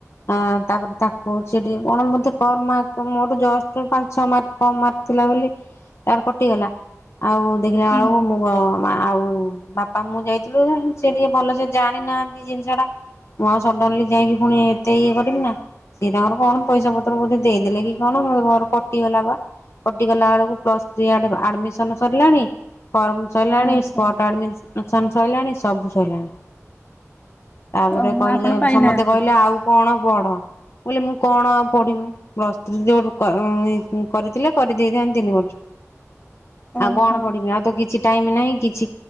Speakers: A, on the left; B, on the left.
A: ଆ ତାପରେ ତାକୁ ସେ ଟିକେ କଣ ମତେ କମ୍ ମାର୍କ ମୋ ଠୁ ଜଷ୍ଟ ପାଞ୍ଚ ଛଅ ମାର୍କ କମ୍ ମାର୍କ ଥିଲା ବୋଲି ତାର କଟିଗଲା। ଆଉ ଦେଖିଲା
B: ହୁଁ
A: ବେଳକୁ ମୁଁ ଆଉ ବାପା ମୁଁ ଯାଇଥିଲୁ ସେ ଟିକେ ଭଲସେ ଜାଣିନାହାନ୍ତି ଜିନିଷ ଟା। ମୁଁ ଆଉ ସଡନଲି ଯାଇକି ପୁଣି ଏତେ ଇଏ କରବି ନା। ସିଏ ତାଙ୍କର କଣ ପଇସା ପତ୍ର ବୋଧେ ଦେଇଦେଲେ କି କଣ। ମୋତେ ଘରୁ କଟିଗଲା ବା କଟିଗଲା ବେଳକୁ ପ୍ଲସ୍ ଥ୍ରୀ ଇଆଡେ ଆଡ଼ମିଶନ ସରିଲାଣି ଫର୍ମ ସରିଲାଣି
B: ଓହୋ
A: ସ୍ପଟ୍ ଆଡ଼ମିଶନ ସଇଲାଣି ସବୁ ସଇଲାଣି। ତାପରେ
B: ଓହୋ
A: କହିଲେ
B: ଆପଣ ପାଇନାହାନ୍ତି
A: ସମସ୍ତେ କହିଲେ ଆଉ କଣ ପଢ। ମୁଁ କହିଲି ମୁଁ କଣ ଆଉ ପଢିମି। ପ୍ଲସ ଥ୍ରି ଯୋଉ କରିଥିଲେ କରିଦେଇଥାନ୍ତି ତିନି ବର୍ଷ।
B: ଓହୋ
A: ଆଉ କଣ ପଢିମି ଆଉ ତ କିଛି ଟାଇମ ନାହିଁ କିଛି